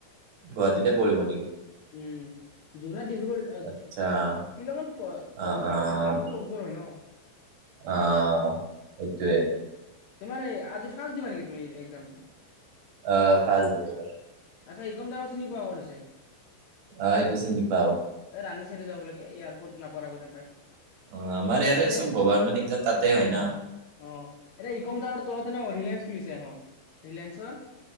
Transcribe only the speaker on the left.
উম যোৰহাট ডিব্ৰুগড় শ্বিলঙত
কৰিব
লাগিছিল শ্বিলংটোতো ওচৰ হয় ন।
তুমাৰ আজ ফাৰ্ষ্ট দিবা নেকি তুমি এক্সামটো?
আচ্ছা ইকম দঙৰ চিনি পোৱা ক'ত আছে?
ৰানি চাইডে যাব লাগে ইয়াৰ নেপুৱাৰ আগতে পাই।
তাতে
অ'
ইকম টাৱাৰ তলতে ন ৰিলায়েন্স খুলিছে এখন ৰিলায়েন্সৰ